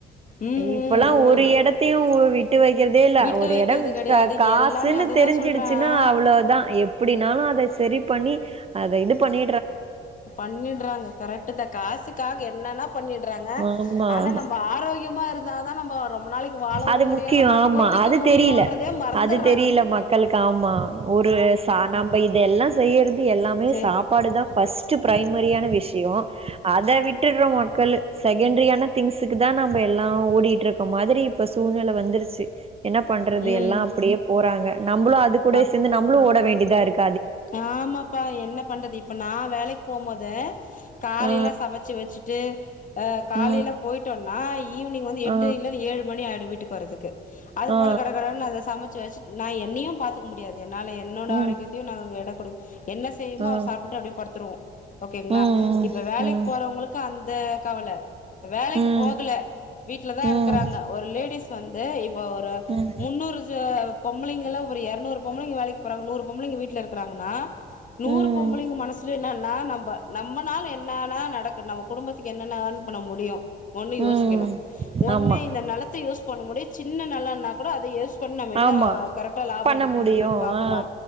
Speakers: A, on the left; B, on the right.
A: ம்
B: இப்பல்லாம்
A: ம்
B: ஒரு
A: ம்
B: இடத்தையும் விட் டு வெக்கிறதேல்ல
A: விட்டு
B: ஒரு
A: வைக்கிறது
B: எடம்
A: கெடையாது
B: காசுன்னு
A: எல்லாமே அததா
B: தெரிஞ்சிடுச்சுன்னா
A: சொல்றே ஆ
B: அவ்ளோதான் எப் அப்படினாலும் அத சரி பண்ணி அத இது பண்ணி
A: பண்ணிடுறாங்க கரெக்ட் தான் காசுக்காக என்னன்னா பண்ணிடுறாங்க
B: ஆமா
A: ஆனா நம்ம ஆரோக்கியமா இருந்தா தா நம்ப ரொம் ரொம்ப நாளைக்கு வாழவும்
B: அது
A: முடியு
B: முக்கியோ
A: நம்ம அனுபவிக்க
B: ஆமா அது
A: முடியுன்றதே
B: தெரியல
A: மறந்துடுறாங்க
B: அது தெரியல மக்களுக்கு ஆமாம் ஒரு ச நம்ம இதெல்லாம் செய்யறதே எல்லாமே
A: சே
B: சாப்பாடு தான் ஃபர்ஸ்ட்டு ப்ரைமரியான விஷ்யோ அத விட்டுடுறோ மக்கள் செகண்டரியான திங்ஸுக்கு தா நம்ம எல்லா ஓடிட்டுருக்க மாதிரி இப்ப சூழ்நிலை வந்துருச்சு என்ன பண்றது
A: ம்
B: எல்லாம் அப்டியே போறாங்க நம்மளும் அது கூட
A: அப்
B: சேந்து நம்ளும் ஓட வேண்டியதா ருக்கு
A: ஆமாப்பா என்ன பண்றது இப்ப நா வேலைக்கு போம் போதே காலைல
B: ஆ
A: சமச்சி வச்சுட்டு ஆ காலைல
B: ம்
A: போயிட்டோம்னா ஈவினிங் வந்து எட்டு
B: ஆ
A: இல்லன்னு ஏழு மணி ஆயிடும் வீட்டுக்கு வர்றதுக்கு அதுக்கு
B: ஆ ஆ
A: மேல கடகடன்னு அத சமச்சு வச்சு நா என்னையு பாத்துக கும் முடியாது என்னால என்னோட
B: ம்
A: ஆரோக்கயதையும் நா எட கொடு என்ன செய்யுமோ
B: ஆ
A: அவர் சாப்ட்டு அப்டியே படுத்துடுவோ ஓகேங்களா
B: ம்
A: இப்ப வேலக்கி
B: ம்
A: போறவங்களுக்கு அந்த கவல இப்ப வேலக்கீ
B: ம்
A: போகல வீட்லதா
B: ம்
A: இருக்கறாங்க ஒரு லேடிஸ் வந்து இப்ப ஒரு
B: ம்
A: முன்னூறு பொம்பளைங்களா ஒரு எரநூறு பொம்பளைங்க வேலக்கீ போறாங்க நூறு பொம்பளைங்க வீட்ல இருக்குறாங்கன்னா நூறு
B: ம்
A: பொம்பளைங்க
B: ம்
A: மனசுல என்னன்னா நம்ப நம்மனால என்னன்னா நடக்கும் நம்ம குடும்பத்துக்கு என்னன்ன யேர்ன் பண்ண முடியு ஒண்ணு
B: ம்
A: யோசிக்கணு ஒண்ணு
B: ஆமா
A: இந்த நெலத்த யூஸ் பண்ண முடிய சின்ன நெலோ நா கூட அத யோஸ் பண்ணி நம்ம என்ன
B: ஆமா
A: கரெக்டா லாபோ
B: பண்ண
A: எடுக்க
B: முடியு
A: முடியும்னு பாக்கணு
B: ஆ